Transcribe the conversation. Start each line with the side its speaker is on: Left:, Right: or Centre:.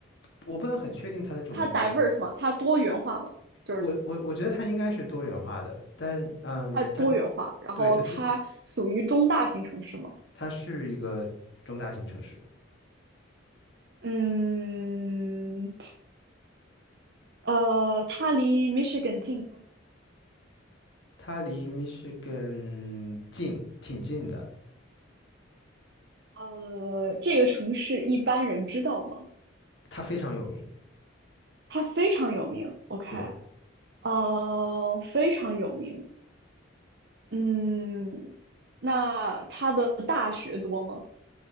Left: 我不能很确定它的种族，
Right: 它 diverse 吗？它多元化吗？就是
Left: 我我我觉得它应该是多元化的，但嗯，
Right: 它多元化，
Left: 它
Right: 然后它属于中大型城市吗？
Left: 对它这它是一个中大型城市，
Right: 嗯，呃，它离 Michigan 近吗？
Left: 它离 Michigan 近，挺近的，
Right: 呃，这个城市一般人知道吗？
Left: 它非常有名。
Right: 它非常有名。OK。
Left: 对，
Right: 呃，非常有名。嗯，那他的大学多吗